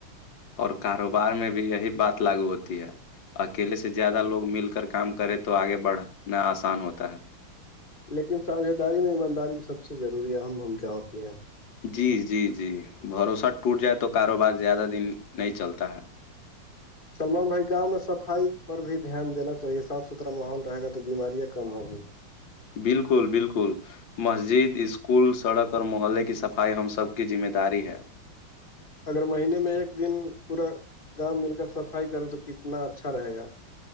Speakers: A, on the left; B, on the left.
A: اور کاروبار میں بھی یہی بات لاگو ہوتی ہے اکیلے سے زیادہ لوگ مل کر کام کرے تو آگے بڑھنا آسان ہوتا ہے
B: لیکن ساجھےداری میں ایمانداری کی سب سے ضروری اہم بھومکا ہوتی ہے
A: جی جی جی بھروسہ ٹوٹ جائے تو کاروبار زیادہ دن نہیں چلتا ہے
B: سلمان بھائی گاؤں میں صفائی پر بھی دھیان دینا چاہیے صاف ستھرا ماحول رہے گا تو بیماریاں کم ہوگی
A: بالکل بالکل مسجد اسکول سڑک اور محلے کی صفائی ہم سب کی ذمہ داری ہے
B: اگر مہینے میں ایک دن پورا گاؤں مل کر صفائی کرے تو کتنا اچھا رہے گا